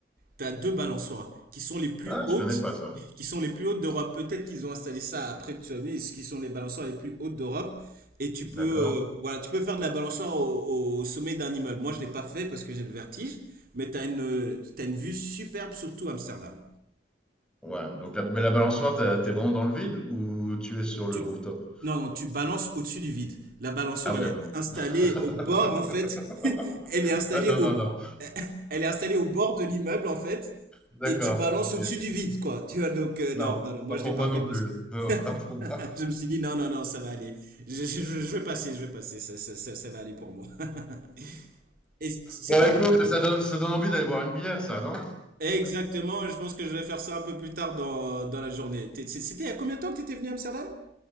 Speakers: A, on the right; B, in the centre.
A: T'as deux balançoires qui sont les plus
B: Ah,
A: hautes,
B: je connais pas ça.
A: qui sont les plus hautes d'Europe. Peut-être qu'ils ont installé ça après, tu vas me dire, ce qui sont les balançoires les plus hautes d'Europe. Et tu peux,
B: D'accord.
A: euh, voilà, tu peux faire de la balançoire au, au sommet d'un immeuble. Moi, je ne l'ai pas fait parce que j'ai le vertige, mais t'as une, t'as une vue superbe sur tout Amsterdam.
B: Ouais, donc la, mais la balançoire, t'as- t'es vraiment dans le vide ou tu es sur le
A: Tu...
B: rooftop?
A: Non, non, tu balances au-dessus du vide. La balançoire,
B: Ah ouais,
A: elle est
B: non.
A: installée
B: <laughs>
A: au bord, en fait. <laughs> Elle est installée
B: Ah non,
A: au...
B: non, non.
A: <laughs> Elle est installée au bord de l'immeuble, en fait.
B: D'accord,
A: Et tu balances
B: ok.
A: au-dessus du vide, quoi. Tu vois, donc, euh, non,
B: Non,
A: non, non, moi,
B: pas pour
A: je l'ai pas
B: moi non
A: fait parce
B: plus.
A: que
B: Non, <laughs> pas pour moi.
A: <laughs> je me suis dit, non, non, non, ça va aller. Je, je- je- je vais passer, je vais passer. Ça, ça, ça, ça va aller pour moi. <laughs> Et c'était
B: Bon, écoute,
A: quand?
B: ça donne, ça donne envie d'aller boire une bière, ça, non?
A: Exactement, je pense que je vais faire ça un peu plus tard dans, dans la journée. T'es- C'était il y a combien de temps que tu étais venu à Amsterdam?